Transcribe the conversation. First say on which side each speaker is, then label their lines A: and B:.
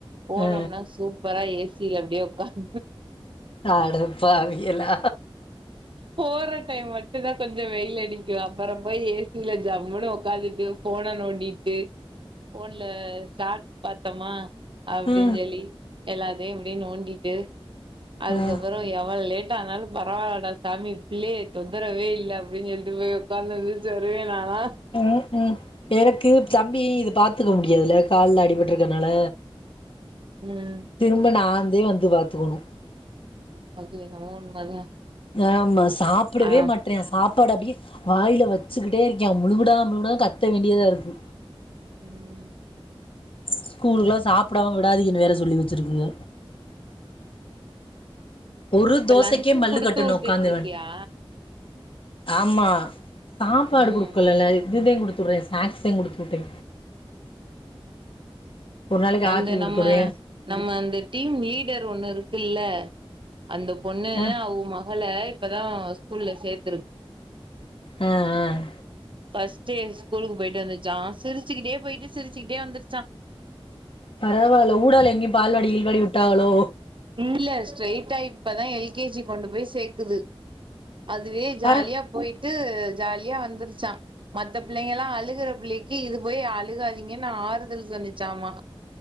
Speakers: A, on the right; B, on the left.
A: போனம்னா
B: ஆ
A: சூப்பரா ஏசில அப்டியே உக்காந்
B: அடப்பாவிகளா
A: போற டைம் மட்டு தா கொஞ்ஜொ வெயில் அடிக்கு அப்பறம் பொய் ஏசியில ஜம்முனு உக்காந்துட்டு போன நோண்டிட்டு போன்ல சார்ஜ் பத் துமா அப்டிஞ்சொல்லி
B: ம்
A: எல்லாத்தையு அப்டிய் நோண்டிட்டு அதுக்கப்பறொ
B: ம்
A: எவ்வள் லேட் ஆனாலு பரவால்லடா சாமி பிள்ளெய தொந்தரவே இல்லை அப்டின் சொல்ட்டு போய் உட்காந்து வீல்ச்சேரு நாலா
B: ம் ம் எனக்கு தம்பி இது பாத் துக்க முடியாதுல கால்ல அடிபட்ருக்கனால
A: ம்
B: திரும்ப நான் அதையு வந்து வாத்துக்கணு
A: அது என்னமோ உண்மதா
B: ஆமா சாப்டவே
A: ஆ
B: மாட்றா சாப் பாடப்டிய் வாயில வச்சுகிட்டே இருக்யா முழுங்குடா முழுங்குடான் கத்த வேண்டியதாருக்கு
A: உம்
B: ஸ்கூலுக்குலா சாப்டாம விடாதிங்கனு வேற சொல்லி வச்சிருக்குக ஒரு
A: இப்ப
B: தோசைக்கே
A: லன்ச்சு
B: மல்லு
A: குடுத்து
B: கட்டணு
A: உட்டுட்ருக்கியா
B: உக்காந்துருவே ஆமா சாப்பாடு
A: ம்
B: குடுக்கலல்ல இதுதே குடு துட்றே ஸ்நாக்ஸையு குடுத்துட்டே நாளைக்கு
A: வந்த
B: ஆப்பிள் குடுத்துடுவே
A: நம்ம நம்ம அந்த டீம் லீடர் ஒண்ணு இருக் குல்ல அந்த பொண்ணு
B: அ
A: அவு மகள இப்பதா ஸ்கூல்ல சேர்த்துருக்
B: ஹ ஆஹ்
A: ஃபர்ஸ்ட்டே ஸ்கூலுக்கு பொயிட்டு வந்துச்சா சிரிச்சிகிட்டே பொயிட்டு சிரிச்சிகிட்டே வந்துருச்சா
B: பரவால்ல ஊடால எங்கயு பால்வாடி கீழ்வாடி உட்டாகளோ
A: இல ஸ்ட்ரைட்டா இப்பதா எல்கேஜி கொண்டு பொய் சேக்குது அதுவே
B: பாரே
A: ஜாலியா போயிட் ட்டு ஜாலியா வந்துருச்சா மத்த பிள்ளைங்கலா அழுகுற பிள்ளைக்கு இது போய் அழுகாதிங்கன்னு ஆறுதல் சொன்னிச்சாமா